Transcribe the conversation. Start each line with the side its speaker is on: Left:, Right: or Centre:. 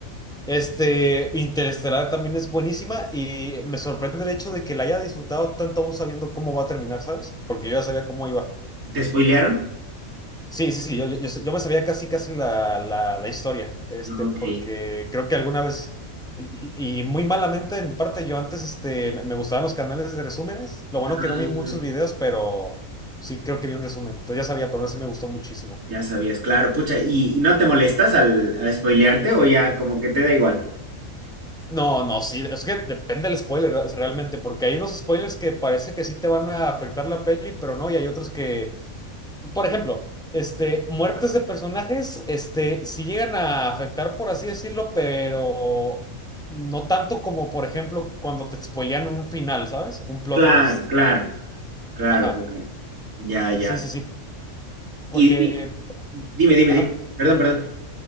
Centre: Este, Interestelar también es buenísima y me sorprende el hecho de que la haya disfrutado tanto aún sabiendo cómo va a terminar, ¿sabes? Porque yo ya sabía cómo iba.
Right: ¿Te spoilearon?
Centre: Sí, sí, sí, yo, yo, yo sé- yo me sabía casi, casi la, la, la historia, este,
Right: Ok.
Centre: porque creo que alguna vez, y, y- y muy malamente de mi parte, yo antes, este, me me gustaban los canales de resúmenes, lo bueno
Right: Ah,
Centre: que no vi muchos videos, pero sí creo que vi un resumen, entonces ya sabía, pero no sí me gustó muchísimo.
Right: ya sabías, claro. Pucha, ¿y, y no te molestas al, al spoilearte o ya como que te da igual?
Centre: No, no, sí, es que depende del spoiler es realmente, porque hay unos spoilers que parece que sí te van a afectar la peli, pero no, y hay otros que, por ejemplo, este, muertes de personajes, este, sí llegan a afectar, por así decirlo, pero no tanto como, por ejemplo, cuando te spoilean un final, ¿sabes? Un plot
Right: Claro,
Centre: twist.
Right: claro, claro,
Centre: Ajá,
Right: claro. Ya, ya.
Centre: sí, sí, sí, porque,
Right: Y, y dime, dime,
Centre: ajá.
Right: dime. Perdón, perdón.